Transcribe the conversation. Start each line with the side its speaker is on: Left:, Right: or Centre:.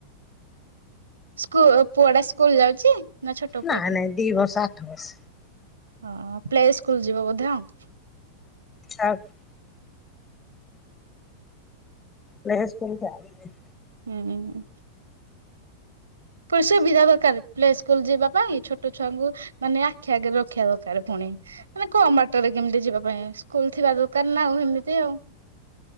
Right: ସ୍କୁ ପୁଅଟା ସ୍କୁଲ ଯାଉଚି ନା ଛୋଟ
Left: ନାଇଁ
Right: ପୁଅଟେ?
Left: ନାଇଁ ଦି ବର୍ଷ ଆଠ ବର୍ଷ
Right: ହଁ ପ୍ଲେ ସ୍କୁଲ ଯିବ ବୋଧେ ଆଉ।
Left: ଆକ ପ୍ଲେ ସ୍କୁଲ ଯାଇନି।
Right: ହୁଁଁ ଉଁ। ପୁଣି ସୁବିଧା ଦରକାର ପ୍ଲେ ସ୍କୁଲ ଯିବା ପାଇଁ ଛୋଟ ଛୁଆଙ୍କୁ ମାନେ ଆଖି ଆଗରେ ରଖିବା ଦରକାରେ ପୁଣି। ମାନେ କମ ବାଟରେ କେମିତି ଯିବା ପାଇଁ ସ୍କୁଲ ଥିବା ଦରକାର ନା ଆଉ ହେମିତି ଆଉ।